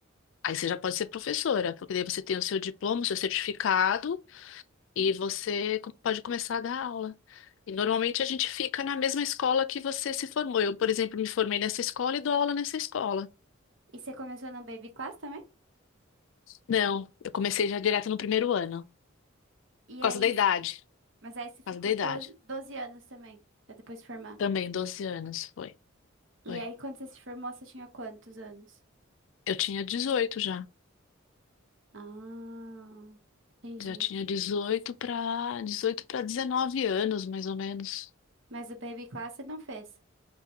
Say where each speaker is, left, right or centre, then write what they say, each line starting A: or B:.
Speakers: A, on the left; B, on the right.
A: Aí você já pode ser professora, porque daí você tem o seu diploma, o seu certificado e você co- pode começar a dar aula. E normalmente a gente fica na mesma escola que você se formou. Eu, por exemplo, me formei nessa escola e dou aula nessa escola.
B: E você começou no Baby Class também?
A: Não, eu comecei já direto no primeiro ano,
B: E
A: por
B: aí,
A: causa da idade,
B: mas aí você ficou
A: por causa da idade.
B: doze doze anos também, pra depois se formar.
A: Também 12 anos foi, foi.
B: E aí, quando você se formou, você tinha quantos anos?
A: Eu tinha dezoito já.
B: Ah, entendi.
A: Já tinha dezoito para dezoito para 19 anos, mais ou menos.
B: Mas o Baby Class você não fez.